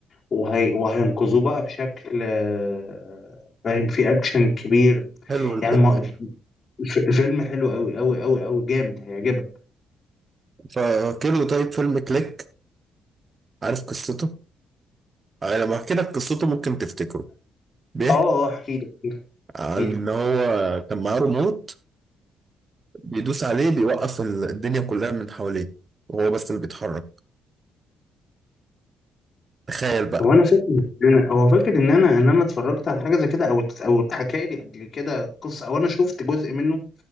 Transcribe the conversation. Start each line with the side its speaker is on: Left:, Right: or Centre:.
Left: وهي... وهينقذوه بقى بشكل آه، فاهم في اكشن كبير
Right: حلو الفيلم
Left: يعني ما...
Right: ده
Left: الف- الفيلم حلو قوي قوي قوي قوي جامد هيعجبك
Right: فاكر له طيب فيلم كليك عارف قصته؟ أنا لما احكي لك قصته ممكن تفتكره بيحكي
Left: اه اه آه، احكي لي احكي لي
Right: عن
Left: احكي لي
Right: ان هو كان معاه ريموت بيدوس عليه بيوقف ال- الدنيا كلها من حواليه وهو بس اللي بيتحرك تخيل بقى
Left: هو انا فاكر ان انا هو فاكر ان انا ان انا اتفرجت على حاجه زي كده او او اتحكى لي قبل كده قصه او انا شفت جزء منه